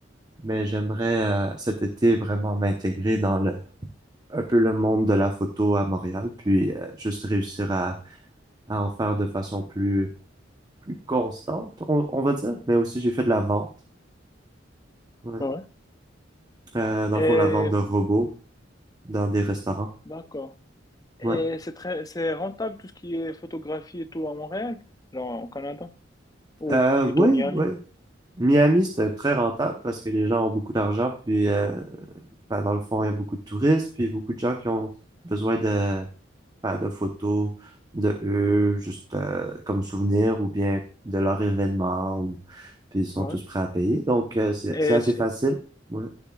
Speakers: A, on the right (about 20°); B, on the left (about 20°).
A: Mais j'aimerais euh, cet été vraiment m'intégrer dans le un peu le monde de la photo à Montréal, puis euh, juste réussir à à en faire de façon plus plus constante, on, on va dire. Mais aussi j'ai fait de la vente, ouais.
B: ouais.
A: Euh, dans
B: Et
A: le fond la vente de robots dans des restaurants,
B: D'accord. Et
A: ouais.
B: c'est très, c'est rentable tout ce qui est photographie et tout à Montréal, genre au Canada, ou
A: Euh,
B: plutôt
A: oui,
B: Miami.
A: Miami, c'est très rentable parce que les gens ont beaucoup d'argent, puis euh, ben, dans le fond, il y a beaucoup de touristes, puis beaucoup de gens qui ont besoin de, ben, de photos de eux, juste euh, comme souvenir, ou bien de leur événement, ou, puis ils sont
B: Ouais.
A: tous prêts à payer. Donc, euh, c'est,
B: Et
A: c'est assez
B: j-
A: facile. Ouais,